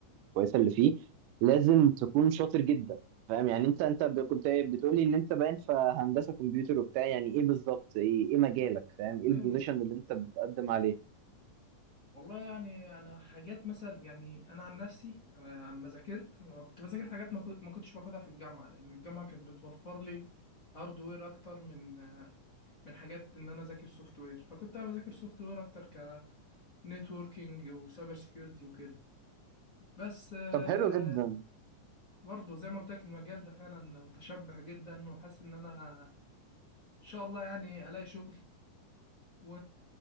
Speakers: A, on the right (about 90°); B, on the left (about 30°).
A: الكويسه اللي فيه لازم تكون شاطر جدا فاهم يعني انت انت ب- كنت بتقولي ان انت باين في هندسه كمبيوتر وبتاع يعني ايه بالظبط ايه ايه مجالك فاهم ايه البوزيشن
B: أيوة
A: اللي انت بتقدم عليه
B: والله يعني انا حاجات مثلا يعني انا عن نفسي آه، اما ذاكرت ما كنت بذاكر حاجات ما خو- ما كنتش باخدها في الجامعه لان الجامعه كانت بتوفر لي هاردوير اكتر من آه، من حاجات ان انا اذاكر سوفت وير فكنت انا بذاكر سوفت وير اكتر كنتوركينج وسايبر سيكيورتي وكده بس آه،
A: طب حلو جدا
B: برضه زي ما قلت لك المجال ده فعلا متشبع جدا وحاسس ان انا ان شاء الله يعني الاقي شغل و